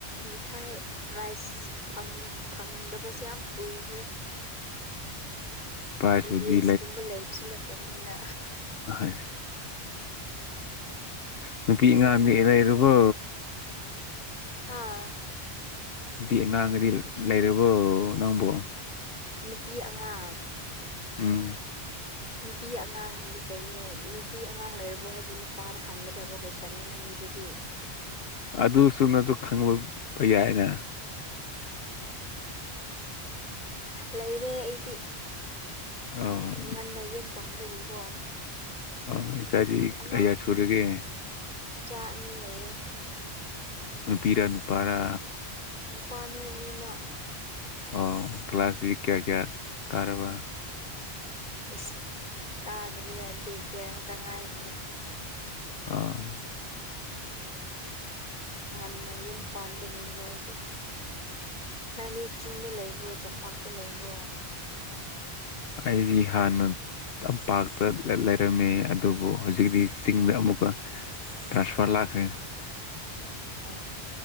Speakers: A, on the left; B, on the left.
A: ꯃꯤꯊꯥꯏ ꯄ꯭ꯔꯥꯏꯖ ꯐꯪ ꯐꯪꯗꯕꯁꯦ ꯌꯥꯝ ꯀꯨꯏꯈꯔꯦ
B: ꯄ꯭ꯔꯥꯏꯖꯄꯨꯗꯤ
A: ꯕꯤ ꯕꯤ ꯑꯦꯁ ꯀꯨꯝꯕ ꯂꯩꯕꯁꯨ ꯅꯠꯇꯕꯅꯤꯅ
B: ꯑꯣꯏ ꯅꯨꯄꯤ
A: ꯅꯪ
B: ꯑꯉꯥꯡꯗꯗꯤ ꯂꯩꯔꯕꯣ
A: ꯍꯥꯥ
B: ꯄꯤ ꯑꯉꯥꯡꯒꯗꯤ ꯂꯩꯔꯕꯣ ꯅꯪꯕꯨ
A: ꯅꯨꯄꯤ ꯑꯉꯥꯡ
B: ꯎꯝ
A: ꯅꯨꯄꯤ ꯑꯉꯥꯡꯗꯤ ꯀꯩꯅꯣ ꯅꯨꯄꯤ ꯑꯉꯥꯡ ꯂꯩꯔꯕꯣ ꯍꯥꯏꯗꯤ ꯅꯨꯄꯥꯗ ꯍꯪꯒꯗꯕ ꯀꯣꯏꯁꯟ ꯁꯟꯅꯤ ꯅꯪꯒꯤꯗꯨꯗꯤ
B: ꯑꯗꯨꯁꯨꯅꯖꯨ ꯈꯪꯂꯛꯕ ꯌꯥꯏꯅ
A: ꯂꯩꯔꯦ ꯑꯩꯗꯤ
B: ꯑꯧ
A: ꯉꯟꯅ ꯌꯨꯝ ꯄꯥꯟꯕꯒꯤꯀꯣ
B: ꯑꯣ ꯏꯆꯥꯗꯤ
A: ꯑꯉꯥꯡ
B: ꯑꯌꯥꯁ ꯄꯨꯨꯔꯒꯤ
A: ꯏꯆꯥ ꯑꯅꯤ ꯂꯩꯌꯦ꯫
B: ꯅꯨꯄꯤꯔꯥ ꯅꯨꯄꯥꯔꯥ
A: ꯅꯨꯄꯥꯅꯤ ꯑꯅꯤꯃꯛ
B: ꯑꯣ ꯀꯂꯥꯁꯖꯤ ꯀꯌꯥ-ꯀꯌꯥ ꯀꯥꯔꯕ
A: ꯏꯁ ꯀꯥꯗ꯭ꯔꯤ ꯗꯦ ꯀꯤꯌꯥꯔ ꯈꯛꯇ ꯉꯥꯏꯔꯤꯗ
B: ꯑꯥ
A: ꯉꯟꯅ ꯌꯨꯝ ꯄꯥꯟꯕꯒꯤꯅꯤꯗ ꯑꯩꯗꯤ ꯅꯪꯗꯤ ꯆꯤꯡꯗ ꯂꯩꯕ꯭ꯔꯣ ꯇꯝꯄꯥꯛꯇ ꯂꯩꯕ꯭ꯔꯣ
B: ꯑꯩꯗꯤ ꯍꯥꯟꯅ ꯇꯝꯄꯥꯛꯇ ꯂꯩ ꯂꯩꯔꯝꯃꯦ ꯑꯗꯨꯕꯨ ꯍꯧꯖꯤꯛꯇꯤ ꯆꯤꯡꯗ ꯑꯃꯨꯛꯀ ꯇ꯭ꯔꯥꯟꯁꯐꯔ ꯂꯥꯛꯈꯔꯦ
A: ꯑ